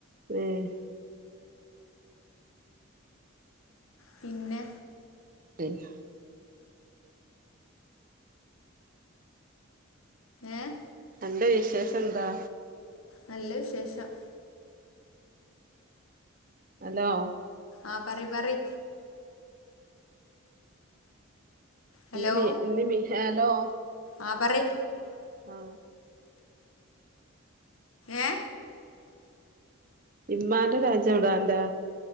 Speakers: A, on the right; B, on the left.
A: ഏഹ്
B: പിന്നെ
A: പിന്നെ
B: ഏഹ്
A: അന്റെ വിശേഷം എന്താ?
B: നല്ല വിശേഷം
A: ഹലോ
B: ആ പറി പറി ഹലോ
A: ന്ന് മീ ന്ന് മീ ഹലോ
B: ആ പറി
A: ആ
B: ഏ
A: ഇമ്മാന്റെ രാജ്യം എവിടാ അന്റെ